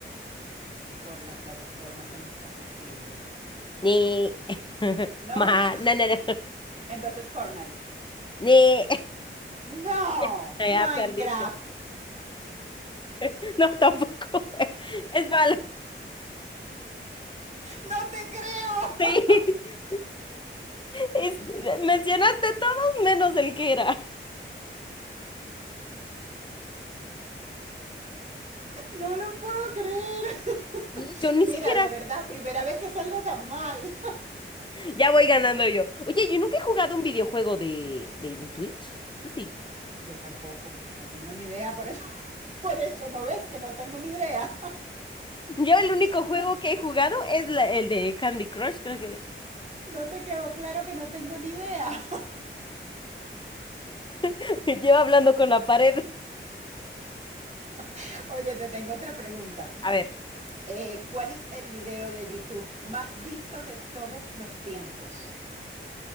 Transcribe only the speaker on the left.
Ni. <laughs>
Ma- No, no, no.
Ni.
<laughs>
Ya perdiste. <laughs> No, tampoco. <laughs> Es Valorant.
Sí. <laughs> Es- Mencionaste todos menos el que era.
Y Yo ni
siquiera.
Ya voy ganando yo. Oye, yo nunca he jugado un videojuego de, de en Twitch. Tú sí.
Yo el único
juego
que he jugado es la- el de Candy Crush, creo que.
<laughs> Llevo hablando con la pared.
A ver,